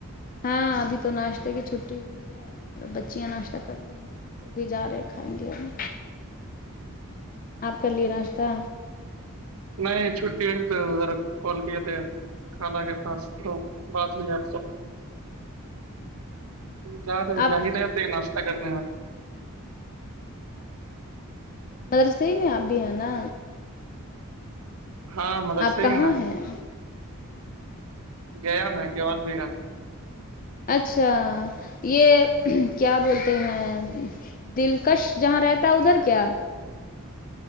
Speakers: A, on the left; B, on the right.
A: ہاں ابھی تو ناشتے کی چھٹی ہوئی ہے بچیاں ناشتہ کر لی ہیں ہم لوگ بھی جا رہے کھائیں گے ہم آپ کر لیے ناشتہ
B: نہیں چھٹی ہوئی تو ذرا کال کیے تھے کھانہ کے پاس تو بات ہوئی آپ سب جا
A: آپ
B: جاہ رہے ناشہ کرنا ہے
A: مر س میں اب ہے نا
B: ہاں مدرسے
A: آپ کہاں
B: ہے نا
A: ہیں
B: گیا میں گوال بھیھا
A: اچھا یہ کیا بولتے ہیں دلکش جہاں رہتا ہے ادھر کیا